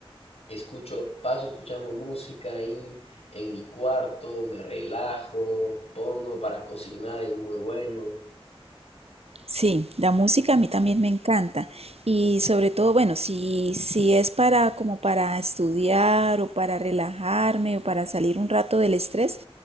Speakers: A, on the left; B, on the right.
A: escucho, paso escuchando música ahí en mi cuarto, me relajo, pongo para cocinar, es muy bueno.
B: Sí, la música a mí también me encanta y sobre todo, bueno, si, si es para como para estudiar o para relajarme o para salir un rato del estrés,